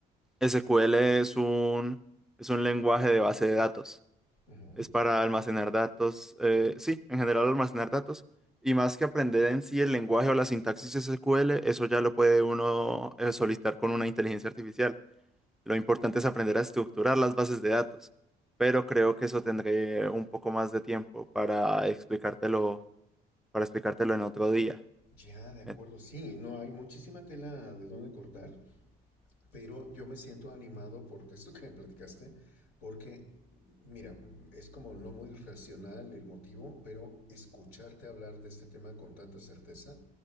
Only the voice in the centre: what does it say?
SQL es un, es un lenguaje de base de datos.
Es para almacenar datos, eh, sí, en general almacenar datos. Y más que aprender en sí el lenguaje o la sintaxis de SQL, eso ya lo puede uno eh, solicitar con una inteligencia artificial. Lo importante es aprender a estructurar las bases de datos, pero creo que eso tendré un poco más de tiempo para explicártelo, para explicártelo en otro día.
Eh,